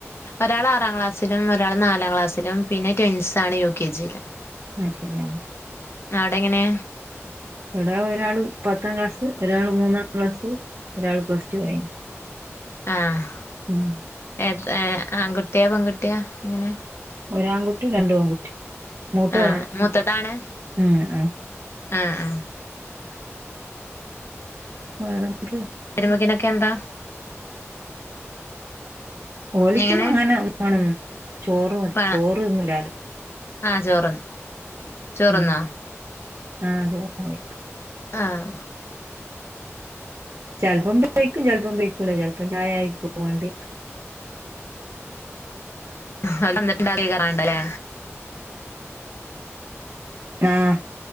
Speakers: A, on the left; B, on the right.
A: ഒരാള് ആറാം ക്ലാസ്സിലും ഒരാള് നാലാം ക്ലാസ്സിലും പിന്നെ ട്വിൻസ് ആണ് യു കെ ജി യില്
B: അത് ശെരിയാ
A: അവടെങ്ങനെ
B: ഇവിടെ ഒരാള് പത്താം ക്ലാസ്സ്‌ ഒരാള് മൂന്നാം ക്ലാസ്സ് ഒരാൾ പ്ലസ് ടു കഴിഞ്ഞു
A: ആഹ്
B: ഉം
A: ഏത് ഏഹ് ആൺകുട്ടിയാ പെൺകുട്ടിയാ എങ്ങനെ
B: ഒരു ആൺകുട്ടി രണ്ടു പെൺകുട്ടി മൂത്തതാണ്
A: ആഹ് മൂത്തതാണ്‌
B: ഉം ആഹ്
A: ആഹ് ആഹ്
B: <unintelligible>
A: <unintelligible> ക്കെന്താ
B: ഓലിക്കൊന്നുവങ്ങനെ
A: എങ്ങനെ
B: വേണന്നൊന്നും ഇല്ല ചോറ് മതി
A: വേണം
B: ചോറ്ന്നൂല്ല
A: ആഹ് ചോറ്ന്ന് ചോറ്ന്നോ
B: <unintelligible> ഉം ആഹ് ഓർവട്ട പോയി
A: ആഹ്.
B: ചെൽപ്പം ബെയ്‌ക്കും ചെൽപ്പം ബെയ്ക്കൂല ചെൽപ്പം ചായ ആയ്ക്കും വേണ്ടിയേ.
A: അഹ് വന്നിട്ടുണ്ടാക്കിക്കണ്ടല്ലേ
B: ആഹ്